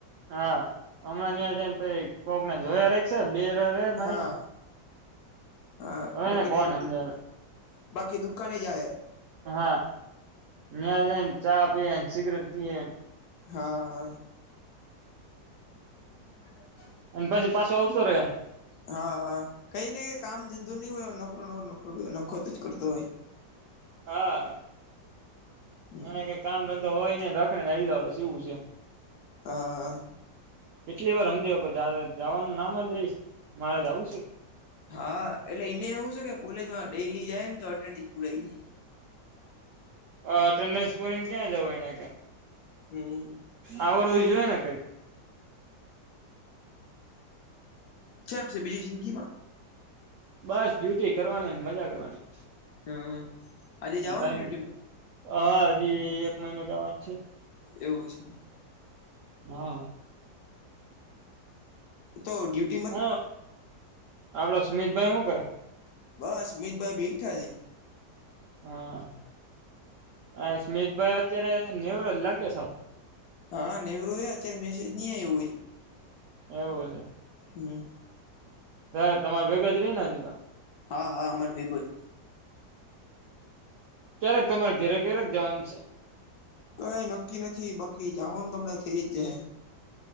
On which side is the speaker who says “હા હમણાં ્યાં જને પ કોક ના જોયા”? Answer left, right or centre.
Right